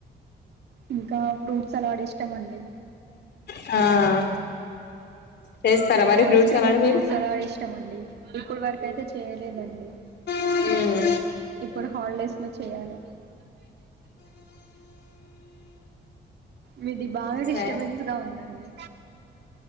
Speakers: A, on the right; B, on the left.
A: ఇంకా ఫ్రూట్స్ సలాడ్ ఇష్టం అండి
B: ఆ చేస్తారా మరి
A: ఐస్
B: ఫ్రూట్స్
A: క్రీమ్
B: సలాడ్
A: ఫ్రూట్
B: మీరు
A: సలాడ్ ఇష్టం అండి ఇప్పుడు వరకు అయితే చేయలేదండి
B: మ్మ్
A: ఇప్పుడు హాలిడేస్ చెయ్యాలే మీది బాగా డిస్టర్బెన్స్గా
B: సరే
A: ఉందండి